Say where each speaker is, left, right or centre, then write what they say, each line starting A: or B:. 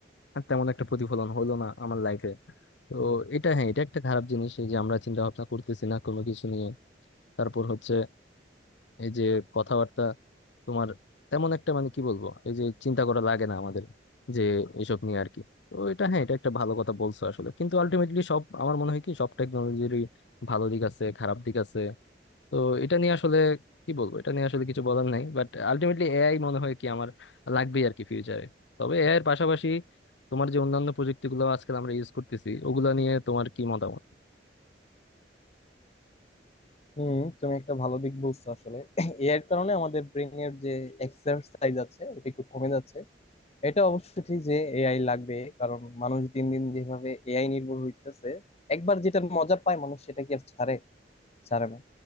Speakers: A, on the left; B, on the left.
A: তেমন একটা প্রতিফলন হলো না আমার লাইফে তো এটা হ্যাঁ এটা একটা খারাপ জিনিস এই যে আমরা চিন্তা ভাবনা করতেছি না কোনো কিছু নিয়ে তারপর হচ্ছে এই যে কথাবার্তা তোমার তেমন একটা মানে কি বলবো এই যে চিন্তা করা লাগে না আমাদের যে এসব নিয়ে আর কি তো এটা হ্যাঁ এটা একটা ভালো কথা বলছো আসলে কিন্তু আলটিমেটলি সব আমার মনে হয় কি সব টেকনোলজিরই ভালো দিক আছে খারাপ দিক আছে তো এটা নিয়ে আসলে কি বলবো এটা নিয়ে আসলে কিছু বলার নাই বাট আলটিমেটলি এআই মনে হয় কি আমার লাগবেই আর কি ফিউচারে তবে এআই এর পাশাপাশি তোমার যে অন্যান্য প্রযুক্তিগুলো আজকাল আমরা ইউজ করতেছি ওগুলো নিয়ে তোমার কি মতামত
B: হুম তুমি একটা ভালো দিক বলছো আসলে <coughs> এ এর কারণে আমাদের ব্রেনের যে এক্সারসাইজ আছে ওটা একটু কমে যাচ্ছে এটা অবশ্য ঠিক যে এআই লাগবে কারণ মানুষ দিন দিন যেভাবে এআই নির্ভর হইতেছে একবার যেটা মজা পায় মানুষ সেটা কি আর ছাড়ে ছাড়বে